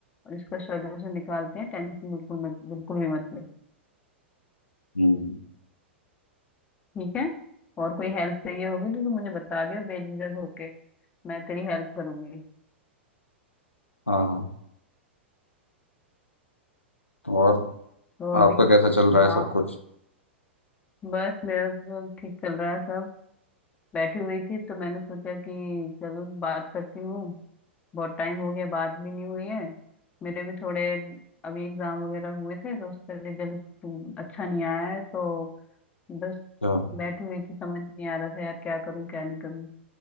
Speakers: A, on the left; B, on the left.
A: और इसका सोल्यूशन निकालते हैं टेंशन बिल्कुल मत बिल्कुल भी मत ले
B: हम्म,
A: ठीक है और कोई हेल्प चाहिए होगी तो तू मुझे बता दियो बेझिझक होके मैं तेरी हेल्प करूंगी
B: हाँ हाँ और
A: तो अभी
B: आपका कैसा चल रहा
A: हाँ
B: है सब कुछ
A: बस मेरा तो ठीक चल रहा है सब बैठी हुई थी तो मैंने सोचा कि चलो बात करती हूँ बहुत टाइम हो गया बात भी नहीं हुई है मेरे भी थोड़े अभी एग्जाम वगैरह हुए थे तो उसका रिजल्ट अच्छा नहीं आया है तो बस
B: अच्छा
A: बैठी हुई थी समझ नहीं आ रहा था यार क्या करूँ क्या नहीं करूँ